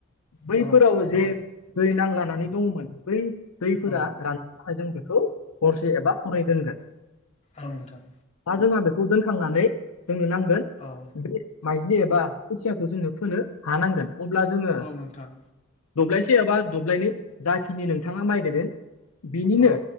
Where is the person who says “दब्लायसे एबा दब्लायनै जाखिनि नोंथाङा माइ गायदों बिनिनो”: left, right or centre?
Left